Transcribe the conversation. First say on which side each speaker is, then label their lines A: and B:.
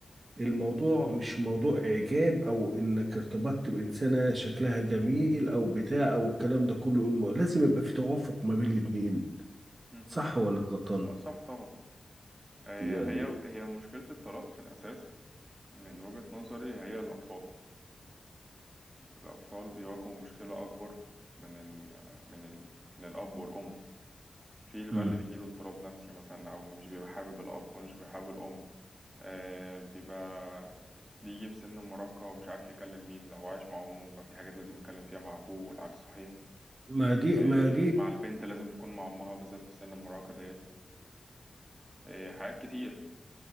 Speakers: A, on the right (about 40°); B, on the right (about 15°).
A: الموضوع مش موضوع إعجاب أو إنك ارتبطت بإنسانة شكلها جميل أو بتاع أو الكلام ده كله الم- لازم يبقى في توافق ما بين الاتنين
B: مم.
A: صح ولا غلطان
B: لا صح طبعا هي
A: يعني
B: هي هي مشكلة الطلاق في الأساس من وجهة نظري هي الأطفال الأطفال بيواجهوا مشكلة أكبر من ال من ال من الأب والأم في اللي
A: مم.
B: بقى اللي بيجيله اضطراب نفسي مثلا أو مش بيبقى حابب الأب ومش بيبقى حابب الأم آه بيبقى بيجي في سن المراهقة ومش عارف يكلم مين لو هو عايش مع أمه ففي حاجات لازم يتكلم فيها مع أبوه والعكس صحيح
A: ما دي
B: آه
A: ما دي
B: مع البنت لازم تكون مع أمها بالذات في سن المراهقة ديت إيه، حاجات كتير